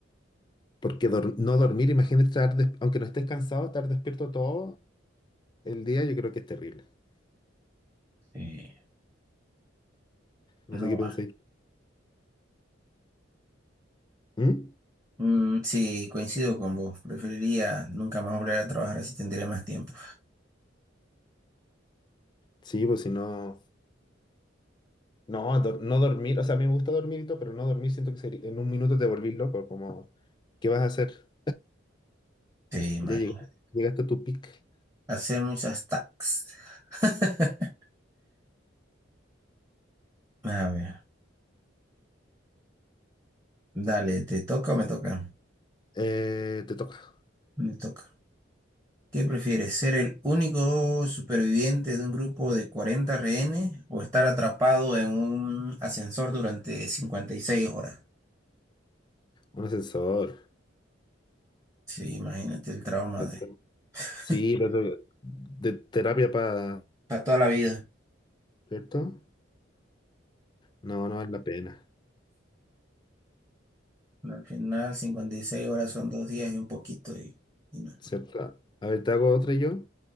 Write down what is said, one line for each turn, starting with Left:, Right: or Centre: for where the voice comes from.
Left: Porque dor- no dormir, imagínate estar, des- aunque no estés cansado, estar despierto todo el día, yo creo que es terrible.
Right: Sí.
Left: No
Right: No
Left: sé qué pensáis.
Right: va.
Left: ¿Mm?
Right: Mm, sí, coincido con vos. Preferiría nunca más volver a trabajar, así tendría más tiempo.
Left: Sí, pues si no. No, dor- no dormir. O sea, a mí me gusta dormir y todo, pero no dormir siento que sería- en un minuto te volvís loco. Como, ¿qué vas a hacer?
Right: Sí, imagínate.
Left: Ya llegaste, llegaste a tu pic.
Right: Hacer muchas tax. <laughs> A ver, dale, ¿te toca o me toca?
Left: Eh, te toca.
Right: Me toca. ¿Qué prefieres? ¿Ser el único superviviente de un grupo de 40 rehenes o estar atrapado en un ascensor durante 56 horas?
Left: Un ascensor.
Right: Sí, imagínate el trauma
Left: ¿cierto?
Right: de... <laughs>
Left: Sí, lo de, de terapia para...
Right: Para toda la vida.
Left: ¿Cierto? No, no vale la pena.
Right: Al final, 56 horas son dos días y un poquito. Y, y no.
Left: ¿Cierto? A ver, te hago otra yo.